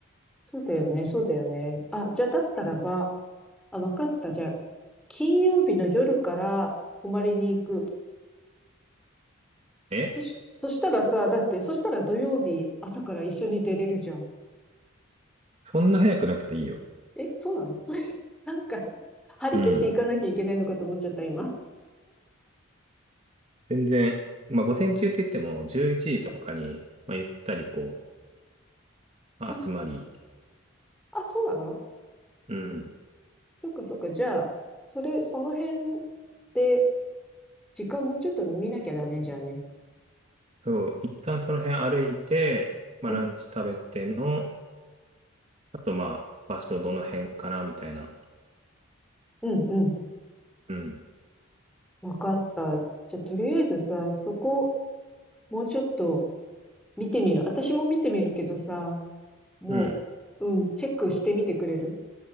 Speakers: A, in the centre; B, on the right.
A: そうだよね、そうだよね。あ、じゃあだったらば、あ、わかった。じゃあ、金曜日の夜から泊まりに行く。
B: え
A: そし、そしたらさ、だって、そしたら土曜日朝から一緒に出れるじゃん。
B: そんな早くなくていいよ。
A: え、そうなの <laughs> なんか、張り切っていかなきゃいけないのかと思っちゃった、
B: うん。
A: 今。
B: 全然、まあ、午前中って言っても、11時とかに、まあ、ゆったりこう、
A: あ、
B: 集まり、
A: あ、そうなの
B: うん。
A: そっかそっか。じゃあ、それ、その辺で、時間もうちょっと見なきゃだね、じゃあね。
B: そう、一旦その辺歩いて、まあ、
A: うん、
B: ランチ食べての、あと、まあ、場所どの辺かな、みたいな。
A: うん、うん。
B: うん。
A: わかった。じゃあ、とりあえずさ、そこ、もうちょっと見てみる。私も見てみるけどさ、もう、
B: うん。
A: うん、チェックしてみてくれる